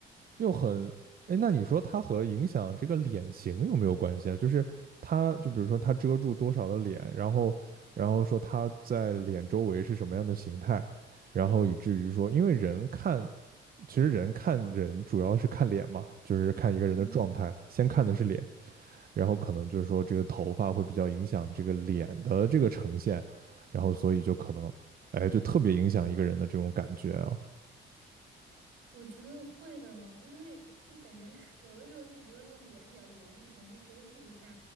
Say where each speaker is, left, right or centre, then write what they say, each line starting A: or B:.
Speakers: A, on the right; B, on the right.
A: 又很，哎，那你说它和影响这个脸型有没有关系啊？就是它，就比如说它遮住多少的脸，然后，然后说它在脸周围是什么样的形态，然后以至于说，因为人看，其实人看人主要是看脸嘛，就是看一个人的状态，
B: 嗯
A: 先看的是脸，然后可能就是说这个头发会比较影响这个脸的这个呈现，然后所以就可能，哎，就特别影响一个人的这种感觉啊。
B: 我觉得会的哦因为就感觉 <laughs> 有的时候，就比如说你脸比较圆，你可能就修饰一下，